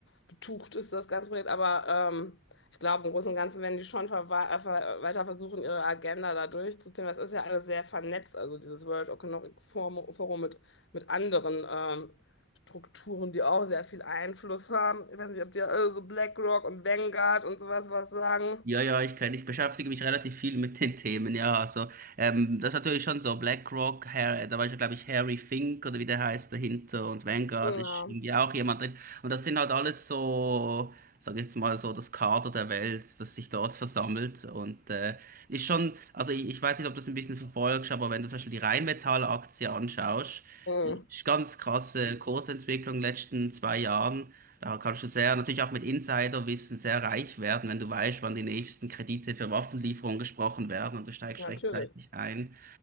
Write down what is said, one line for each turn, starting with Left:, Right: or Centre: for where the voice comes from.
Left: betucht ist, das ganze Projekt. Aber ähm, ich glaube, im Großen und Ganzen werden die schon verwa- äh, ver weiter versuchen, ihre Agenda da durchzuziehen. Das ist ja alles sehr vernetzt, also dieses World Economic Forum Forum mit, mit anderen. ähm, Strukturen, die auch sehr viel Einfluss haben. Ich weiß nicht, ob dir alle so BlackRock und Vanguard und sowas was sagen.
Right: Ja, ja, ich kenne, ich beschäftige mich relativ viel mit den Themen, ja. Also, ähm, das ist natürlich schon so. BlackRock, Har- äh, da war ja, glaube ich, Harry Fink oder wie der heißt dahinter und Vanguard
Left: Ja,
Right: ist irgendwie auch jemand drin. Und das sind halt alles so, sag ich jetzt mal so, das Kader der Welt, das sich dort versammelt. Und äh, ist schon, also ich, ich weiß nicht, ob du das ein bisschen verfolgst, aber wenn du zum Beispiel die Rheinmetall-Aktie anschaust,
Left: mhm.
Right: ist ganz krasse Kursentwicklung in den letzten zwei Jahren. Da kannst du sehr, natürlich auch mit Insiderwissen sehr reich werden, wenn du weißt, wann die nächsten Kredite für Waffenlieferungen gesprochen werden und du steigst
Left: Natürlich.
Right: rechtzeitig ein.